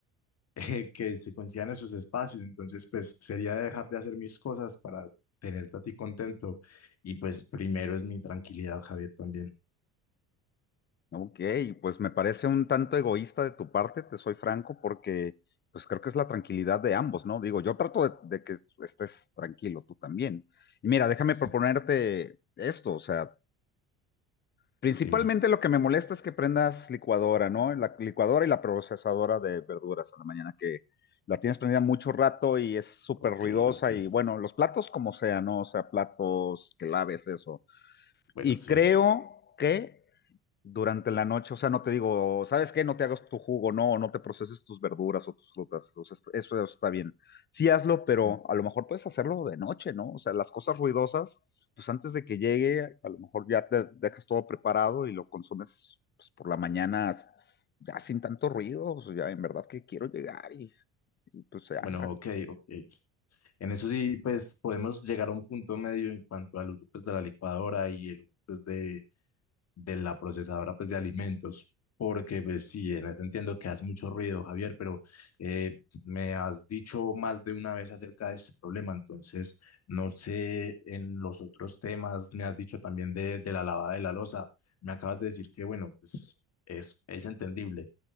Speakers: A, on the left; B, on the left.
A: <laughs> eh, que se coincidan esos espacios, entonces pues sería dejar de hacer mis cosas para tenerte a ti contento y pues primero es mi tranquilidad, Javier, también.
B: Ok, pues me parece un tanto egoísta de tu parte, te soy franco, porque pues creo que es la tranquilidad de ambos, ¿no? Digo, yo trato de, de que estés tranquilo, tú también. Y mira, déjame
A: S-
B: proponerte esto, o sea, principalmente
A: Dime,
B: lo que me molesta es que prendas licuadora, ¿no? La licuadora y la procesadora de verduras a la mañana, que la tienes prendida mucho rato y es súper
A: ok,
B: ruidosa
A: ok.
B: y bueno, los platos como sea, ¿no? O sea, platos que laves, eso.
A: Bueno,
B: Y
A: sí.
B: creo que durante la noche, o sea, no te digo, ¿sabes qué? No te hagas tu jugo, no, no te proceses tus verduras o tus frutas, o sea, est- eso está bien. Sí hazlo,
A: Sí.
B: pero a lo mejor puedes hacerlo de noche, ¿no? O sea, las cosas ruidosas, pues antes de que llegue, a lo mejor ya te dejas todo preparado y lo consumes pues, por la mañana ya sin tanto ruido, o sea, ya en verdad que quiero llegar y, y, pues ya,
A: Bueno, ok, ok. En eso sí, pues podemos llegar a un punto medio en cuanto al uso pues, de la licuadora y el uso pues, de, de la procesadora pues, de alimentos, porque pues, sí, en eso entiendo que hace mucho ruido, Javier, pero eh, me has dicho más de una vez acerca de ese problema, entonces no sé, en los otros temas me has dicho también de, de la lavada de la losa, me acabas de decir que bueno, pues es, es entendible,